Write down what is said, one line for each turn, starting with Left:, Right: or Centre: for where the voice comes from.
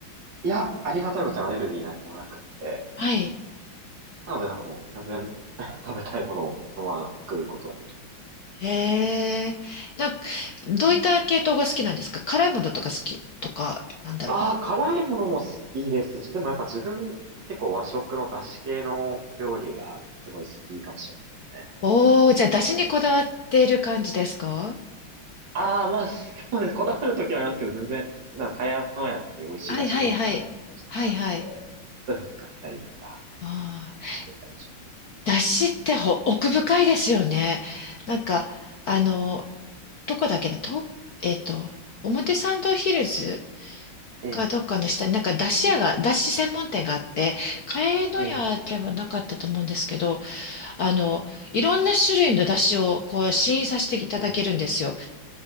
Right: いや、ありがたいことにアレルギー何もなくって、
Left: はい。
Right: なのでなんかもう全然 <laughs> 食べたいものをそのまま作ることができて
Left: へえ。なんか、どういった系統が好きなんですか辛いものとか好きとか、なんだろう。
Right: ああ、辛いものも好きですし、でもやっぱ自分、結構和食の出汁系の料理がすごい好きかもしれないですね。
Left: おー、じゃあ、出汁にこだわっている感じですか
Right: ああ、まあ、そうです。こだわるときはありますけど、全然、普段、かやのやっていう美味しい出汁メーカーさんの出汁とかあるんで、
Left: はいはいはい。はいはい。
Right: そういうの使ったりとか
Left: ああ。
Right: してたりします。
Left: 出汁ってほ奥深いですよね。なんか、あの、
Right: ええ、
Left: どこだっけね、と、えっと、表参道ヒルズ
Right: ええ、
Left: かどっかの下に、なんか出汁屋が、出汁専門店があって、茅野屋ではなかったと思うんですけど、
Right: え
Left: あの、
Right: え、
Left: いろんな種類の出汁をこう試飲させていただけるんですよ。
Right: ええ、